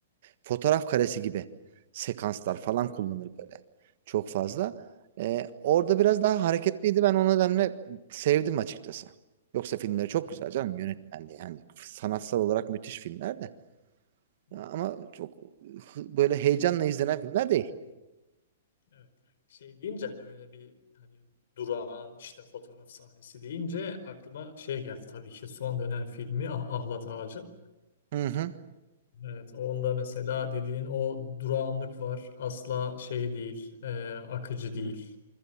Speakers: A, on the right (about 55°); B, on the left (about 65°).
A: fotoğraf karesi gibi sekanslar
B: Evet.
A: falan kullanır böyle. Çok fazla.
B: Hı hı.
A: E, orada biraz daha hareketliydi. Ben o nedenle sevdim açıkçası. Yoksa filmleri çok
B: Evet.
A: güzel canım yönetmenliği. Yani sanatsal olarak müthiş filmler de.
B: Hı hı.
A: Ama çok hı- böyle heyecanla izlenen filmler değil.
B: Evet. Şey deyince hani öyle bir hani durağan işte fotoğraf sahnesi deyince aklıma şey geldi tabii ki son dönem filmi Ah- Ahlat Ağacı.
A: Hı
B: Evet, onda mesela dediğin o durağanlık var. Asla şey değil, e, akıcı değil.
A: hı.